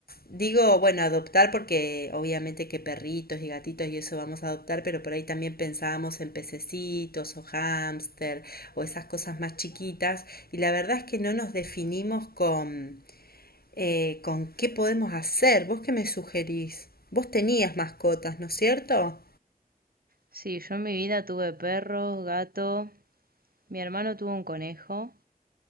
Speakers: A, on the left; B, on the right.
A: digo, bueno, adoptar porque obviamente que perritos y gatitos y eso vamos a adoptar, pero por ahí también pensábamos en pececitos o hámster o esas cosas más chiquitas y la verdad es que no nos definimos con eh, con qué podemos hacer. ¿Vos qué me sugerís? Vos tenías mascotas, ¿no es cierto?
B: Sí, yo en mi vida tuve perros, gato, mi hermano tuvo un conejo,